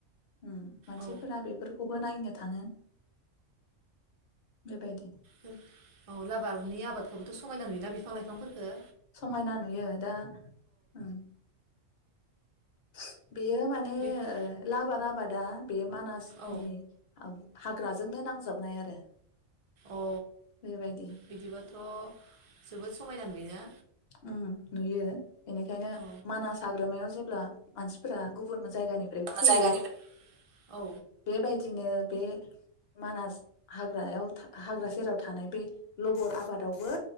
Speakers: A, on the left; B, on the right.
A: उम मानसिफोरा
B: औ
A: बेफोरखौ बो नायनो थाङो बेबायदि
B: औ लाबारनि आबादखौबोथ' समायना नुयोना बिफां लाइफांफोरखो
A: समायना नुयो दा उम <inaudible> बेयो माने
B: बेखौ
A: लाबार आबाद दा बे मानासनि
B: औ
A: औ हाग्राजोंनो नांजाबनाय आरो
B: औ
A: बेबायदि
B: बिदिबाथ' जोबोद समायना नुयोना
A: नुयो नुयो बेनिखायनो
B: औ
A: मानास हाग्रामायाव जेब्ला मानसिफोरा गुबुन जायगानिफ्राय फैयो
B: जायगानिफ्राय औ
A: बेबायदिनो बे मानास हाग्रायाव हाग्रा सेराव थानाय बे लबर आबादावबो